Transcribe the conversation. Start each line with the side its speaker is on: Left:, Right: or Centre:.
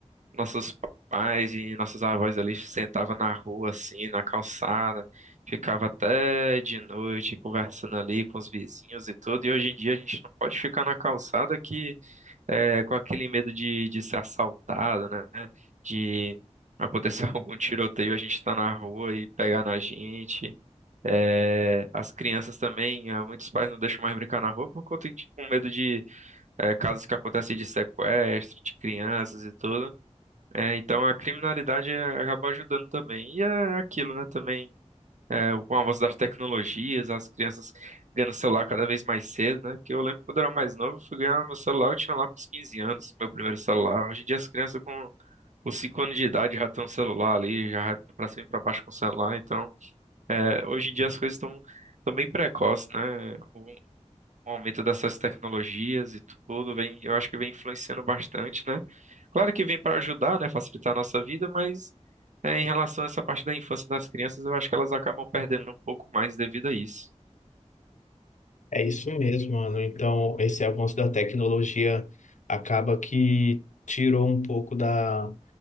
Right: nossos pais e nossos avós ali sentavam na rua, assim, na calçada, ficava até de noite conversando ali com os vizinhos e tudo. E hoje em dia a gente não pode ficar na calçada que é, com aquele medo de, de ser assaltado, né? De acontecer <laughs> algum tiroteio, a gente tá na rua e pegar na gente. É, as crianças também, é, muitos pais não deixam mais brincar na rua por conta de com medo de é, casos que acontecem de sequestro de crianças e tudo. É, então a criminalidade é, acaba ajudando também. E é aquilo, né? Também é, com o avanço das tecnologias, as crianças ganhando celular cada vez mais cedo, né? que eu lembro quando eu era mais novo, eu fui ganhar meu celular, eu tinha lá pros 15 anos, meu primeiro celular. Hoje em dia as crianças com os 5 anos de idade já tem um celular ali, já vai pra cima e pra baixo com o celular, então. É, hoje em dia as coisas estão estão bem precoces, né? O, o aumento dessas tecnologias e tudo vem, eu acho que vem influenciando bastante, né? Claro que vem para ajudar, né, facilitar a nossa vida, mas é, em relação a essa parte da infância das crianças, eu acho que elas acabam perdendo um pouco mais devido a isso.
Left: É isso mesmo, mano. Então, esse avanço da tecnologia acaba que tirou um pouco da,